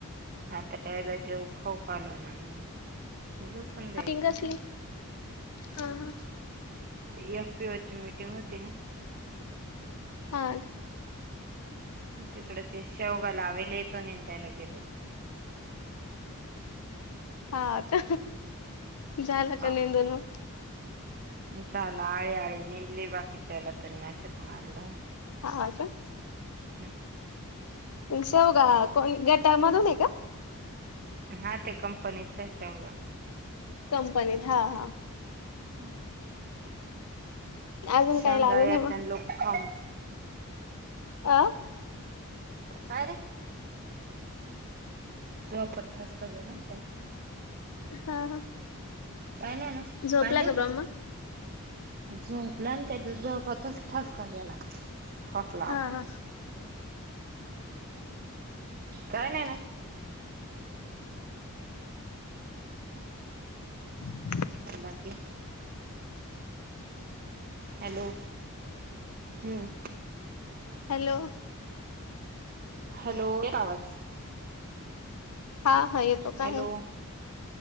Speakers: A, on the right; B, on the left.
A: आता याला जेव खाऊ पा आलो ना पण द्यायचा
B: पिंग असली हा हा
A: ते एफ पी ओची मीटिंग होती ना
B: हा
A: तिकडे ते शेवगा लावेले तो ने द्यायला गेलो होतो
B: हा आता झालं
A: हा
B: का नेंदून मग
A: झाला आळी आळी नेदली बाकीच्याला तर नाशक मारलं
B: हा का
A: हम
B: शेवघा कोण गटामधून आहे का
A: हा ते कंपनीचा शेवगा
B: कंपनीत हा हा
A: हम्म
B: अजून
A: शांगा
B: काही लावेल
A: या
B: आहे मग
A: त्यां लोकांच
B: आ
A: काय रे ज पटठास का घे ना त्यां
B: हा हा
A: काही नाही ना
B: झोपला
A: पाणी देऊ
B: ब्रह्मा
A: का झोपला त्या झोपतच ठसका गेला खोकला आला
B: हा हा
A: काही नाही ना
B: <inaudible>
A: बाकी हॅलो हम्म
B: हॅलो
A: हॅलोे येत का आवाज
B: हा हा येतो काय
A: हॅलो